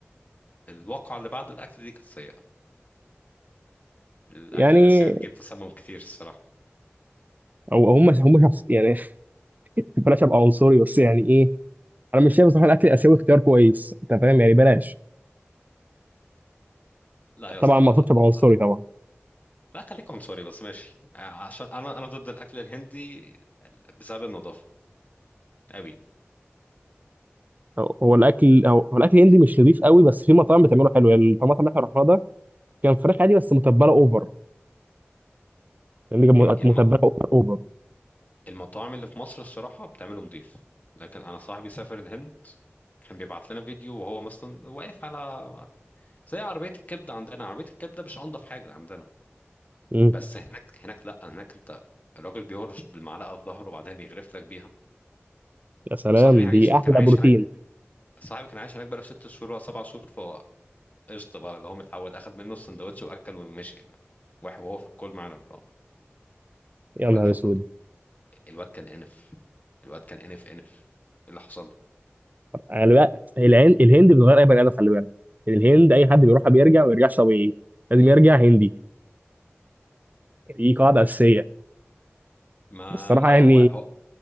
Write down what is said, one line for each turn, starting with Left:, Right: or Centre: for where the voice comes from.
Left: الواقعه اللي بعد الاكل دي كانت سيئه الاكل
Right: يعني
Left: الاسيوي بيجيب تسمم كتير الصراحه
Right: او هم هم شخص يعني بلاش ابقى عنصري بس يعني ايه انا مش شايف بصراحه الاكل الاسيوي اختيار كويس انت فاهم يعني بلاش
Left: لا يا
Right: طبعا
Left: اسطى
Right: ما اقصدش ابقى عنصري
Left: لا
Right: طبعا
Left: لا خليك عنصري بس ماشي عشان انا انا ضد الاكل الهندي بسبب النظافه قوي
Right: هو هو الاكل هو هو الاكل الهندي مش نضيف قوي بس في مطاعم بتعمله حلو يعني المطعم اللي احنا رحناه ده كان فراخ عادي بس متبله اوفر يعني كان
Left: يعني
Right: م-
Left: الم...
Right: متبله اوفر اوفر
Left: المطاعم اللي في مصر الصراحه بتعمله نظيف لكن انا صاحبي سافر الهند كان بيبعت لنا فيديو وهو مثلا واقف على زي عربيه الكبده عندنا عربيه الكبده مش انضف حاجه عندنا
Right: مم.
Left: بس هناك هناك لا هناك انت الراجل بيهرش بالمعلقه في ظهره وبعدين بيغرف لك بيها
Right: يا سلام
Left: وصاحبي عايش
Right: دي احلى
Left: كان عايش
Right: بروتين
Left: هناك صاحبي كان عايش هناك بقاله ست شهور ولا سبع شهور فهو قشطه بقى اللي هو متعود اخد منه السندوتش واكل ومشي يعني. واحد وهو في الكول معانا اه
Right: يا
Left: هو
Right: نهار
Left: ايه اللي
Right: اسود
Left: حصل له؟ الواد كان انف الواد كان انف انف ايه اللي حصل له؟
Right: انا بقى العين الهند بتغير اي بني ادم خلي بالك يعني الهند اي حد بيروحها بيرجع ما بيرجعش طبيعي لازم يرجع هندي دي قاعده اساسيه
Left: ما
Right: بس الصراحه
Left: اه
Right: يعني
Left: هو هو